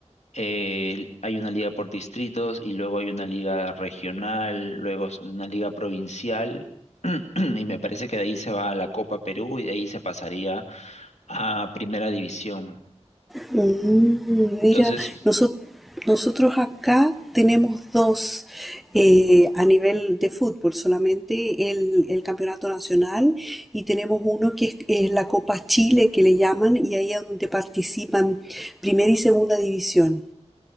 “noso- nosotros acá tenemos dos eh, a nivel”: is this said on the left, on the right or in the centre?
Centre